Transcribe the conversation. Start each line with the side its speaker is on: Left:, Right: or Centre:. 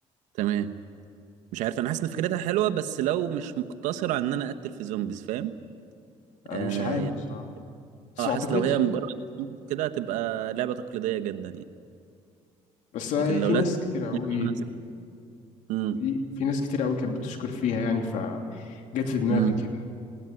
Right: تمام. مش عارف انا حاسس ان فكرتها حلوه بس لو مش مقتصره على ان انا اقتل في زومبيز فاهم
Left: آه،
Right: آه
Left: مش عارف
Right: يعني
Left: بصراحة بس
Right: اه
Left: ما
Right: حاسس
Left: اعتقدش
Right: لو هي مجرد كده هتبقى لعبه تقليديه جدا يعني
Left: بس آه،
Right: لكن لو
Left: في
Right: لازم
Left: ناس كتير قوي
Right: <laughs> امم
Left: في, في ناس كتير قوي كانت بتشكر فيها يعني فجت في دماغي
Right: امم
Left: كده